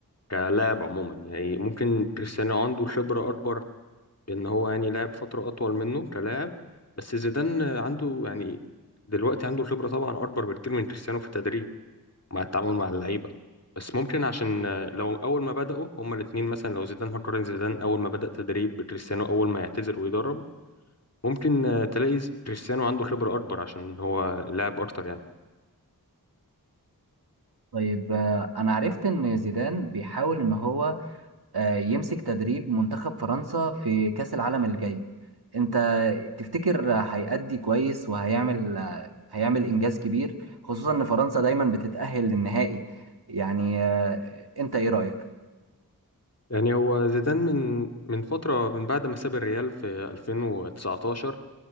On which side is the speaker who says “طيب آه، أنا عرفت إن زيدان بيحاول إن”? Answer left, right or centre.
Right